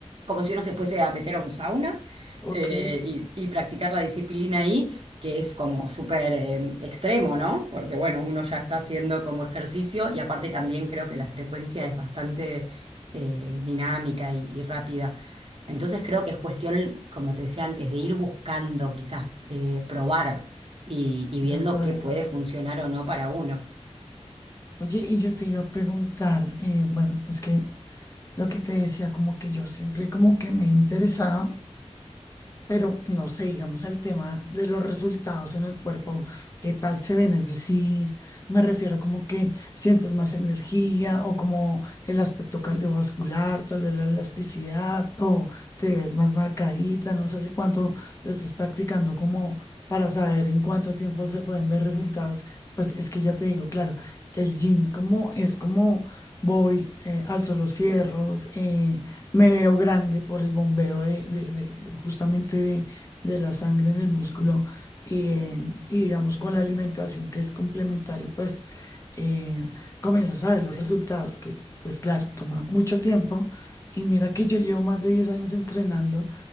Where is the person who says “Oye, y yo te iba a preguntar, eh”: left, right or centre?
Left